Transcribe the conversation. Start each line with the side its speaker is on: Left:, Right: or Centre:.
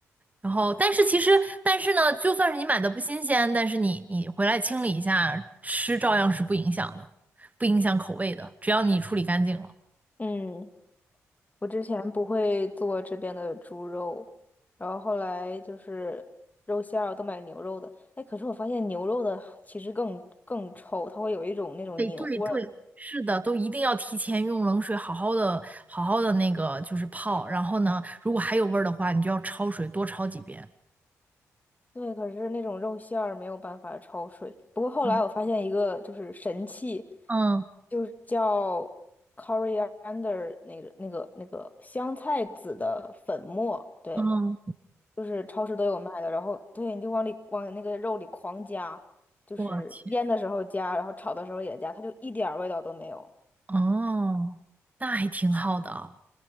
Right: 然后，但是其实，但是呢，就算是你买的不新鲜，但是你你回来清理一下，吃照样是不影响的，不影响口味的，只要你处理干净了。
Left: 嗯，我之前不会做这边的猪肉，然后后来就是肉馅儿都买牛肉的。哎，可是我发现牛肉的其实更更臭，它会有一种那种牛味儿。
Right: 得对对，是的，都一定要提前用冷水好好的、好好的那个就是泡，然后呢，如果还有味儿的话，你就要焯水，多焯几遍。
Left: 对，可是那种肉馅儿没有办法焯水。不过后来我发现一个就是神器，
Right: 嗯嗯
Left: 就是叫 coriander 那个那个那个香菜籽的粉末，对，
Right: 嗯，
Left: 就是超市都有卖的，然后对，你就往里往那个肉里狂加，就是腌的时候加，
Right: 我天，
Left: 然后炒的时候也加，它就一点儿味道都没有。
Right: 哦，那还挺好的，